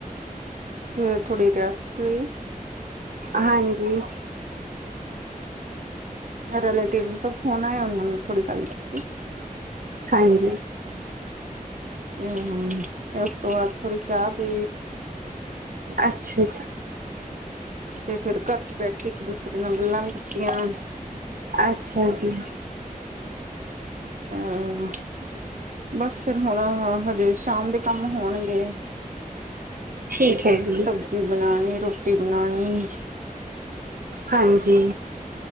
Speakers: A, on the right (about 65°); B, on the right (about 85°).
A: ਫਿਰ ਥੋੜ੍ਹੀ ਰੈਸਟ ਲਈ
B: ਹਾਂਜੀ
A: ਰਿਲੇਟੀਵ ਤਾਂ ਫੋਨ ਆਇ ਉਹਨਾਂ ਨੂੰ ਥੋੜੀ ਗੱਲ ਠ
B: ਹਾਂਜੀ
A: ਹਾਂ ਉਹ ਆ ਥੋੜੀ ਚਾਹ ਪੀ
B: ਅੱਛਾ ਜੀ
A: ਤੇ ਫਿਰ ਘਰ ਚ ਬੈਠ ਕੇ ਇੱਕ ਦੂਸਰੇ ਨਾਲ ਗੱਲਾਂ ਵੀ ਕੀਤੀਆਂ
B: ਅੱਛਾ ਜੀ
A: ਅ ਬਸ ਫੇਿਰ ਹੁਣ ਹਾਂ ਹਜੇ ਸ਼ਾਮ ਦੇ ਕੰਮ ਹੋਣਗੇ
B: ਠੀਕ ਹੈ ਜੀ
A: ਸਬਜ਼ੀ ਬਣਾਉਣੀ ਰੋਟੀ ਬਣਾਉਣੀ
B: ਹਾਂਜੀ